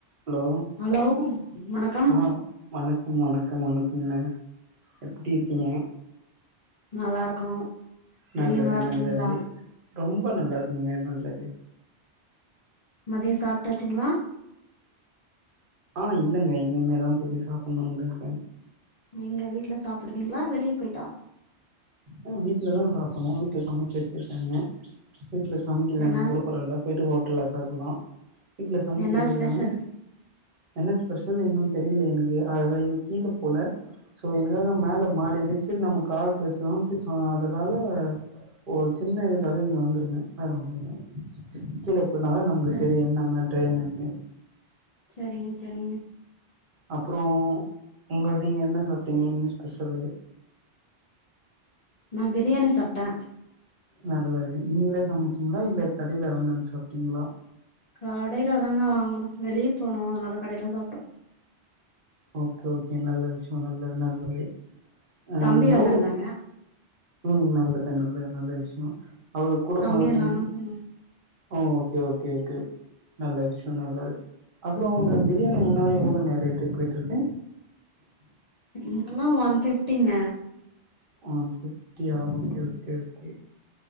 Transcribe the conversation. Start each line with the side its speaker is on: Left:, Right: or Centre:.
Right: ஹலோ
Left: ஹலோ வணக்கம்
Right: ஆ வணக் ம் வணக்கோ வணக்கங்க எப்டி இருக்கீங்க
Left: நல்லாருக்கோ
Right: நல்லது
Left: நீங்க நல்லாருக்கிங்ளா
Right: நல்லது ரொம்ப நல்லாருக்கேங்க நல்லது
Left: மதியோ சாப்ட்டாச்சுங்ளா
Right: ஆ இல்லங்க இனிமே தா போய்ட்டு சாப்புண்ணுன்ருக்கே
Left: எங்க வீட்ல சாப்டுவிங்ளா வெளிய போயிட்டா
Right: ம் வீட்ல தாங்க சாப்புண்ணு வீட்ல சமச்சு வச்சுருக்காங்க வீட்ல சமைக்கலன்னா
Left: ஏன்னா
Right: கூட பரவால போயிட்டு ஹோட்டல்ல சாப்புல்லா வீட்ல சமச்சு
Left: என்ன
Right: வச்சிருக்காங்க
Left: ஸ்பெஷல்
Right: என்ன ஸ்பெஷல் இன்னு தெரில எனக்கு அது தா இன்னு கீழ போல சோ எனக்காக மேல மாடிருக்கு செரி நம்ம கால் பேஸ் கிரவுண்டிஸ் <inaudible> அதனால ஒரு சின்ன இதுக்காக இங்க வந்துருக்கே வேற ஒன்னு இல்ல கீழ போனாதா நமக்கு
Left: அ
Right: தெரியு என்ன மேட்ரு என்னனு
Left: செரிங்க செரிங்க
Right: அப்றோ உங்க நீங்க என்ன சாப்ட்டீங்க என்ன ஸ்பெஷலு
Left: நா பிரியாணி சாப்ட்டே
Right: நல்லது நீங்களே சமச்சீங்ளா இல்ல கடைல வாங்கினு வந்து சாப்ட்டீங்ளா
Left: கடைல தாங்க வாங்குனோ வெளிய போனோ அதனால கடைல தா சாப்ட்டோ
Right: ஓகே ஓகே நல்ல விஷ்யோ நல்லது நல்லது அ
Left: தம்பி வந்திருந்தாங்க
Right: எவ்ளோ ம் நல்லது நல்லது நல்ல விஷ்யோ அவரு கூட
Left: தம்பியு
Right: போனத்தாண்டி
Left: நானு போனோ
Right: ஓ ஓகே ஓகே ஓகே நல்ல விஷ்யோ நல்லது அப்றோ அங்க பிரியாணி அங்கலா எவ்ளோங்க ரேட்டு போயிட்ருக்கு
Left: இங்கெல்லா ஒன் ஃபிஃப்டிங்க
Right: ஒன் ஃபிஃப்டியா ஓகே ஓகே ஓகே